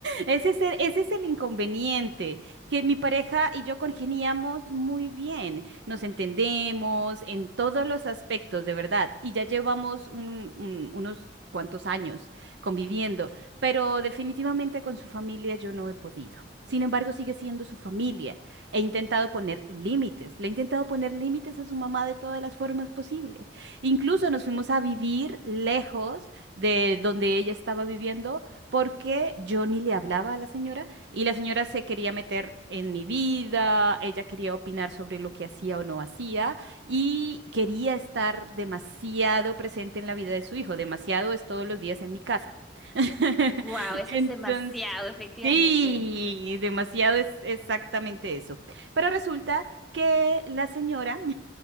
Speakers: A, on the right (about 65°); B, in the centre.
A: Ese es el, ese es el inconveniente, que mi pareja y yo congeniamos muy bien, nos entendemos en todos los aspectos, de verdad, y ya llevamos un- un- unos cuantos años conviviendo, pero definitivamente con su familia yo no he podido. Sin embargo, sigue siendo su familia. He intentado poner límites, le he intentado poner límites a su mamá de todas las formas posibles. Incluso nos fuimos a vivir lejos de donde ella estaba viviendo porque yo ni le hablaba a la señora y la señora se quería meter en mi vida, ella quería opinar sobre lo que hacía o no hacía y quería estar demasiado presente en la vida de su hijo, demasiado es todos los días en mi casa. <laughs>
B: Wow, eso
A: Entonces,
B: es demasiado, efectivamente.
A: sí, demasiado es exactamente eso. Pero resulta que la señora,